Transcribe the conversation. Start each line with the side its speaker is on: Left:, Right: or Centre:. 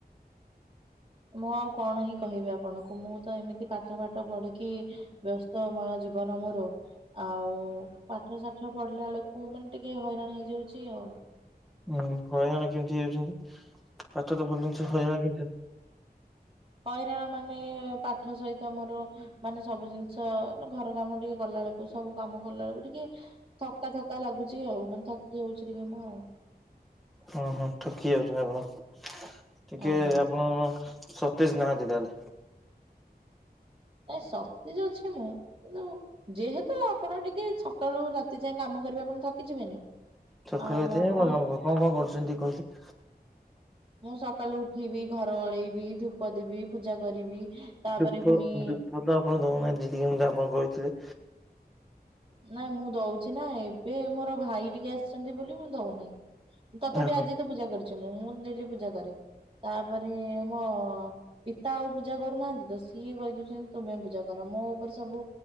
Right: ମୁଁ ଆଉ କଣ ହିଁ କହିବି ଆପଣଙ୍କୁ ମୁଁ ତ ଏମିତି ପାଠ ପାଠ ପଢିକି ବ୍ୟସ୍ତମୟ ଜୀବନ ମୋର ଆଉ ପାଠ ସାଠ ପଢିଲା ବେଳକୁ କୁ ମାନେ ଟିକେ ହଇରାଣ ହେଇଯାଉଛି ଆଉ
Centre: ହୁଁ ହଇରାଣ କେମିତି ହେଇଯାଉଛନ୍ତି ପାଚ ତ ଭଲ ଜିନିଷ ହଇରାଣ କେମିତି
Right: ହଇରାଣ ମାନେ ପାଠ ସହିତ ମୋର ମାନେ ସବୁ ଜିନିଷ ଘର କାମ ଟିକେ କଲା ବେଳକୁ ସବୁ କାମ କଲା ବେଳକୁ ଟିକେ ଥକାଥକା ଲାଗୁଚ ଆଉ ମାନେ ଥକି ଯାଉଛି ଟିକେ ମୁଁ ଆଉ।
Centre: ହଁ ହଁ ଥକି ଯାଉଛନ୍ତି ଆପଣ ଟିକେ
Right: ଆଜ୍ଞା
Centre: ଆପଣ ସତେଇଶ ନାହାନ୍ତି ତାହେଲେ।
Right: ନାଇଁ ସତେଜ ଅଛି ମୁଁ। କିନ୍ତୁ ଯେହେତୁ ଆପଣ ଟିକେ ସକାଳୁ ରାତି ଯାଏ କାମ କରିବେ ଆପଣ ଥକିଯିବେନି।
Centre: ସକାଳୁ
Right: ଆଉ
Centre: ରାତି
Right: ଆପଣ
Centre: ଯାଏ କଣକଣ କରୁଛନ୍ତି କହିଲେ?
Right: ମୁଁ ସକାଳୁ ଉଠିବି ଘର ଓଳେଇବି ଧୂପ ଦେବି ପୂଜା କରିବି ତାପରେ
Centre: ଧୂପ
Right: ପୁଣି
Centre: ଧୂପ ତ ଆପଣ ଦଉନାହାନ୍ତି ଯେତିକି ମତେ ଆପଣ କହିଥିଲେ।
Right: ନାଇଁ ମୁଁ ଦଉଛି ନା ଏବେ ମୋର ଭାଇ ଟିକେ ଆସିଛନ୍ତି ବୋଲି ମୁଁ ଦଉନାହିଁ। ତଥାପି
Centre: ଓହୋ
Right: ଆଜି ତ ପୂଜା କରିଛି ମୁଁ ମୁଁ ଡେଲି ପୂଜା କରେ ତା ତାପରେ ମୋ ପିତା ଆଉ ପୂଜା କରୁନାହାନ୍ତି ତ ସିଏ କହିଦଉଛନ୍ତି ତୁମେ ପୂଜା କର ମୋ ଉପରେ ସବୁ